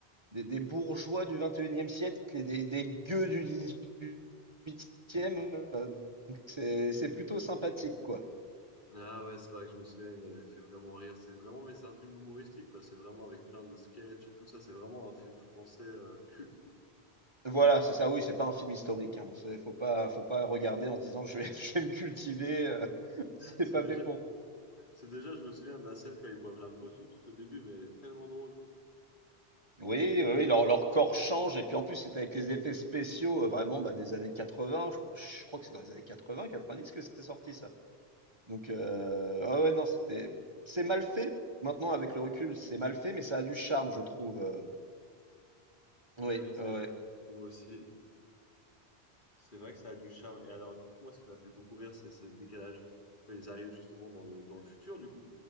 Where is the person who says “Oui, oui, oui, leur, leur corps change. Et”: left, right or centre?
Right